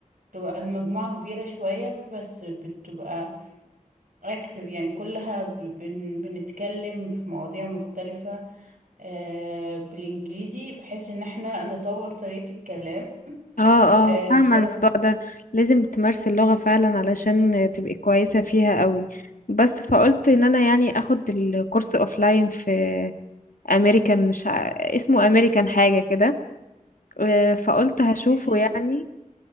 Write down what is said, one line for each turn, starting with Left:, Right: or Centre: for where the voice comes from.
Right: تبقى المجموعة كبيرة شوية بس بتبقى اكتف يعني كلها ب- بن بنتكلم في مواضيع مختلفة آه، بالإنجليزي بحيث إن احنا نطور طريقة الكلام
Left: اه
Right: آه،
Left: اه فاهمة
Right: بصراحة
Left: الموضوع ده لازم تمارسي اللغة فعلا علشان تبقي كويسة فيها قوي بس فقلت ان انا يعني اخد الكورس اوفلاين في امريكان مش ع... اسمه امريكان حاجة كده آه، فقلت هشوفه
Right: كان
Left: يعني